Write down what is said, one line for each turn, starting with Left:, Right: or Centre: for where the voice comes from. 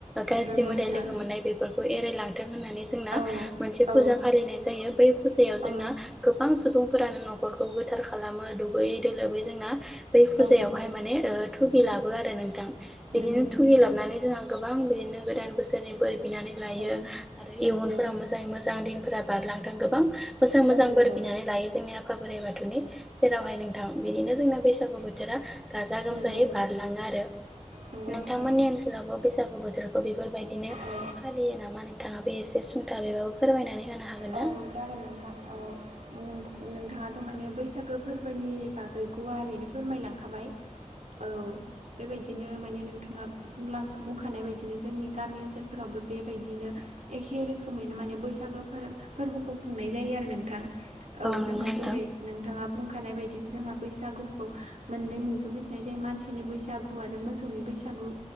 Centre: गाज्रि
Right: नंगौ
Centre: मोदाय
Right: नोंथां
Centre: लोगो मोननाय बेफोरखौ एरायलांथों होननानै जोंना
Right: औ
Centre: मोनसे
Right: औ
Centre: फुजा फालिनाय जायो बै फुजायाव
Right: औ
Centre: जोंना गोबां सुबुंफोरानो न'खरखौ गोथार खालामो दुगैयै दोलोबै जोंना बै फुजायावहाय
Right: औ नंगौ
Centre: माने थुगि लाबो आरो नोंथां बिदिनो
Right: नंगौ नोंथां
Centre: थुगि लाबनानै जों आं गोबां बिदिनो गोदान बोसोरनि बोर बिनानै लायो
Right: औ
Centre: आरो
Right: नंगौ
Centre: इयुनफोरा मोजाङै मोजां दिनफोरा बारलांदों गोबां मोजां मोजां
Right: औ नंगौ
Centre: बोर बिनानै लायो जोंनि आफा बोराइ बाथौनि जेरावहाय नोंथां बिदिनो जोंना बैसागु बोथोरा गाजा गोमजायै
Right: नंगौ
Centre: बारलाङो आरो
Right: नंगौ
Centre: नोंथांमोननि
Right: नोंथां
Centre: ओनसोलावबो बैसागु बोथोर बेफोरबायदिनो
Right: औ
Centre: फालियो नामा नोंथाङा बे एसे सुंथा बेबाबो फोरमायनानै होनो हागोन
Right: औ
Centre: ना
Right: जागोन नोंथां औ नोंथां नोंथाङाथ' माने बैसागो फोरबोनि बागै गुवारैनो फोरमायलांखाबाय औ बेबायदि बिदिनो माने नोंथाङा बुंखानाय बायदिनो जोंनि गामि ओनसोलफोरावबो बेबायदिनो एखे रोखोमैनो माने बैसागो फोरबोखौ खुंनाय जायो आरो नोंथां औ
Centre: नंगौ
Right: जोंहा
Centre: नोंथां
Right: जेरै नोंथाङा बुंखानाय बायदिनो जोंहा बैसागुखौ मोननै मुंजों मिथिनाय जायो मानसिनि बैसागु आरो मोसौ मोसौनि बैसागु